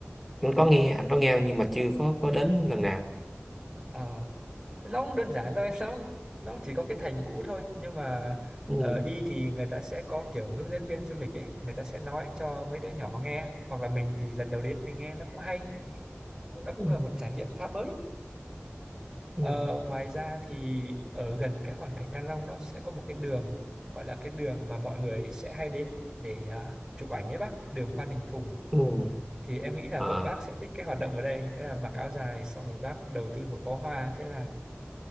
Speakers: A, in the centre; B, on the right.
A: anh có nghe anh có nghe nhưng mà chưa có có đến lần nào
B: ờ nó cũng đơn giản thôi <laughs> nó nó chỉ có cái thành cũ thôi nhưng mà
A: ừ.
B: ờ, đi thì người ta sẽ có kiểu hướng dẫn viên du lịch ấy người ta sẽ nói cho mấy đứa nhỏ nghe hoặc là mình thì lần đầu đến mình nghe nó cũng hay nó cũng
A: Ừ.
B: là một trải nghiệm khá mới Ờ,
A: ừ,
B: ngoài ra thì ở gần cái Hoàng Thành Thăng Long nó sẽ có một cái đường gọi là cái đường mà mọi người sẽ hay đến để à, chụp ảnh nhé bác, đường Phan Đình Phùng.
A: ừ,
B: Thì em nghĩ là
A: à,
B: vợ bác sẽ thích cái hoạt động ở đây, đó là mặc áo dài xong rồi bác đầu tư một bó hoa thế là